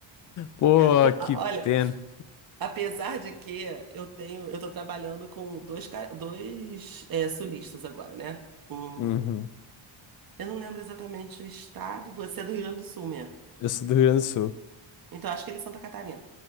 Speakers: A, on the left; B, on the right.
A: pô,
B: Pô,
A: que
B: a- olha,
A: pena.
B: apesar de que eu tenho, eu tô trabalhando com dois, ca- dois é, sulistas agora, né? O-
A: Uhum.
B: eu não lembro exatamente o estado, você é do Rio Grande do Sul mesmo.
A: Eu sou do Rio Grande do Sul.
B: Então acho que ele é Santa Catarina.